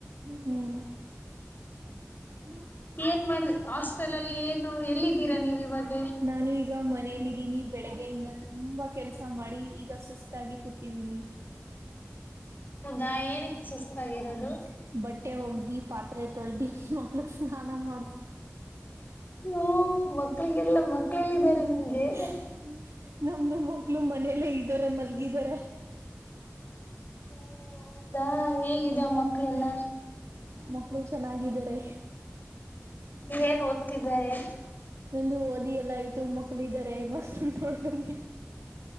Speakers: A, on the right; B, on the left.
A: ಹ್ಮ್. <inaudible>
B: ಏನ್ ಮಾಡ ಹಾಸ್ಟೆಲ್ ಅಲ್ಲಿ ಏನು ಎಲ್ಲಿದ್ದೀರಾ ನೀವ ಇವಾಗ
A: ನಾನು ಈಗ ಮನೇಲ ಇದದ್ದೀನಿ. ಬೆಳಿಗ್ಗೆಯಿಂದ ತುಂಬಾ ಕೆಲ್ಸ ಮಾಡಿ ಈಗ ಸುಸ್ತಾಗಿ ಕೂತಿದ್ದೀನಿ.
B: ಹೌದಾ ಏನಕ್ ಸುಸ್ತಾಗಿರೋದು
A: <inaudible> ಬಟ್ಟೆ ಓಗದಿ ಪಾತ್ ತ್ರೆ ತೋಲ್ದಿ ಮಕ್ಳ ಸ್ನಾ ನಾ ಮಾಡಸಿ.
B: ಓ ಮಕ್ಳಿಗೆಲ್ಲ
A: <inaudible>
B: ಮಕ್ಳೆಲ್ಲ ಇದಾರೆ ನಿಮ್ಗೆ
A: ನಮ್ದು ಮಕ್ಳು ಮನೆಲ್ಲೇ ಇದ್ದಾರೆ ಮಲ್ಗಿದ್ದಾರೆ.
B: ಹೌದಾ ಹೇಗಿದೆ
A: <inaudible>
B: ಮಕ್ಕಳೆಲ್ಲ
A: ಮಕ್ಳು ಸ್ಕೂ ಚೆನ್ನಾಗಿದ್ದಾರೆ. <inaudible>
B: ಏನ್ ಓದ್ತಿದ್ದಾರೆ
A: ನಂದು ಓದಿ ಎಲ್ಲ ಆಯ್ತು ಮಕ್ಳು ಇದಾರೆ ಮಕ್ಳು. <unintelligible>